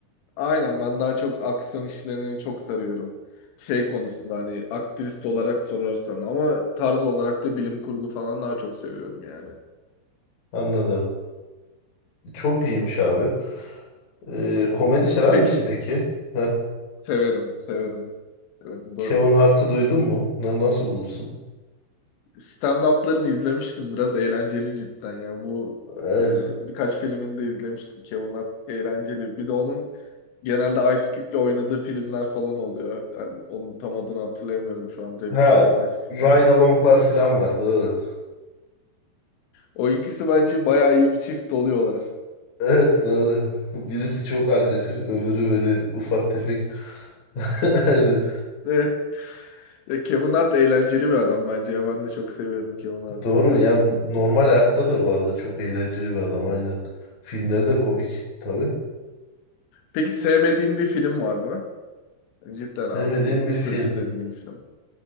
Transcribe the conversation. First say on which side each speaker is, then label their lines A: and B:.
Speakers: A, on the left; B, on the left.
A: Aynen ben daha çok aksiyon işlerini çok sarıyorum. Şey konusunda hani aktrist olarak sorarsan ama tarz olarak da bilim kurgu falan daha çok seviyorum yani.
B: Anladım. Çok iyiymiş abi. Ee, komedi sever
A: Peki
B: misin peki? Heh.
A: severim, severim, severim.
B: Kevin
A: Bu...
B: Hart'ı duydun mu? Na- Nasıl bulursun?
A: Stand-up'larını izlemiştim. Biraz eğlenceli cidden ya. Bu
B: Evet.
A: e, birkaç filmini de izlemiştim ki onlar eğlenceli. Bir de onun genelde Ice Cube'le oynadığı filmler falan oluyor. Yani onun tam adını hatırlayamıyorum şu an. Rapçi
B: Ha
A: olan Ice Cube
B: ride
A: var ya.
B: along'lar falan var doğru.
A: O ikisi bence bayağı iyi bir çift oluyorlar.
B: Evet doğru. Birisi çok agresif, öbürü böyle ufak tefek. <laughs> Aynen.
A: <laughs> E, ya Kevin Hart eğlenceli bir adam bence ya. Ben de çok seviyorum Kevin Hart'ı.
B: Doğru ya normal hayatta da bu arada çok eğlenceli bir adam aynen. Filmleri de komik tabii.
A: Peki sevmediğin bir film var mı? Cidden
B: Sevmediğim
A: abi bu
B: bir film.
A: kötü dediğin bir film.